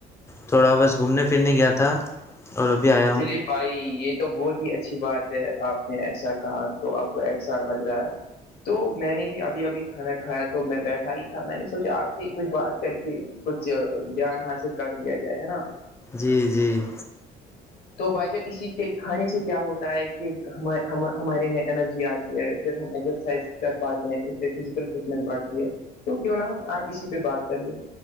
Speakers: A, on the left; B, on the left.
A: تھوڑا بس گھومنے پھرنے گیا تھا اور ا بھی آ
B: چلیے بھائی یہ تو بہت ہی اچھا اچھی بات ہے آپ نے ایسا کہا تو آپ کو ایسا لگ رہا ہے تو میں نے بھی ابھی ابھی کھانا کھایا تو میں بیٹھا ہی تھا میں نے سوچا آپ سے ہی کچھ بات کر کے کچھ جان حاصل کر دیا جائے ہے نا
A: جی جی
B: تو بھائی جب اسی کے کھانے سے کیا ہوتا ہے کہ ہمارے میں انرجی آتی ہے پھر ہم ایکسرسائز کر پاتے ہیں اس سے فزیکل فٹنیس بڑھتی ہے تو کیوں نہا ہم آج اسی پہ بات کر لیں